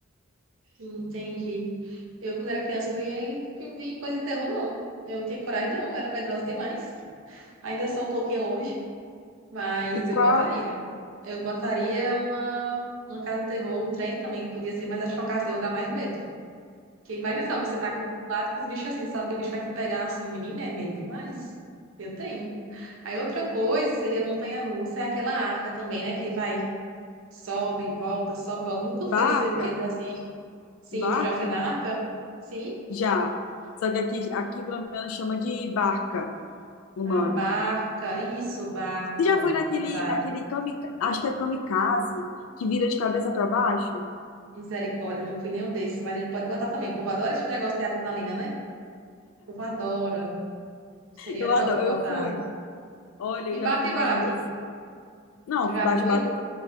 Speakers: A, on the right; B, on the left.
A: Entendi. Eu, quando era criança, não ia em, em coisa de terror, não. Eu não tinha coragem, não. Eu era medrosa demais. Ainda sou um pouquinho hoje, mas
B: E
A: eu
B: qual?
A: botaria. Eu botaria uma, uma casa do terror, um trem também, podia ser, mas acho que uma casa do terror dá mais medo. Porque imagina só, você tá com do lado com os bichos assim, sabe que o bicho vai te pegar assim, menina, é medo demais. Eu tenho. Aí outra coisa seria montanha-russa, é aquela arca também, né? Que vai, sobe, volta, sobe, volta. Nunca
B: Barca?
A: fiz esses brinquedos assim. Sim,
B: Barca?
A: tu já foi na arca? Sim?
B: Já. Só que aqui, aqui pelo menos chama de barca o
A: A
B: nome.
A: barca, isso, barca.
B: Você já foi naquele,
A: Exato.
B: naquele kamika- acho que é kamikaze, que vira de cabeça para baixo?
A: Misericórdia, eu não fui nenhum desses, mas a gente pode botar também. O povo adora esse negócio de adrenalina, né? O povo adora. Seria
B: Eu
A: top
B: adoro,
A: botar.
B: eu fui. Olha, eu
A: E
B: já
A: bate,
B: fui umas
A: bate.
B: duas. Não,
A: Tu já
B: bate-bata
A: foi?